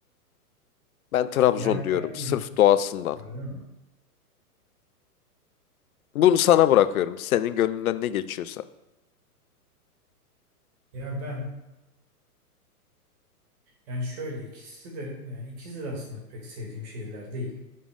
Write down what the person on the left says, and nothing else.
Ben Trabzon
diyorum
sırf
doğasından.
Bunu sana bırakıyorum. Senin gönlünden ne geçiyorsa.